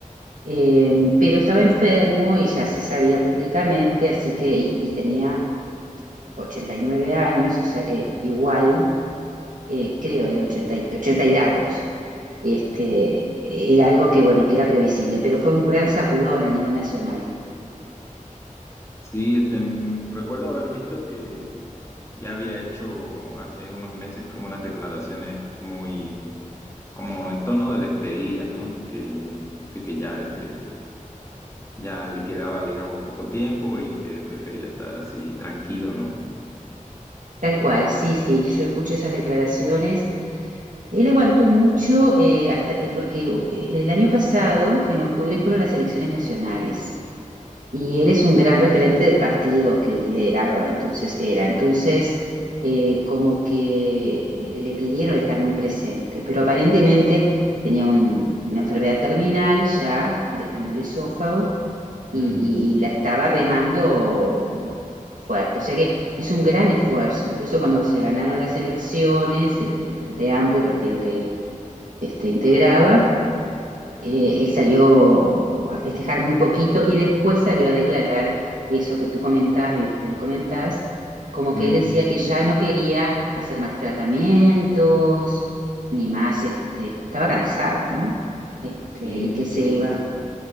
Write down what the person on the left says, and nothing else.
Sí, este, m- recuerdo haber visto que ya había hecho hace unos meses como unas declaraciones muy como en tono de despedida, ¿no? De que, de que ya, este, ya le quedaba, digamos, poco tiempo y que prefería estar así tranquilo, ¿no?
Mm,
mm,
sí,
sí,
me
imagino.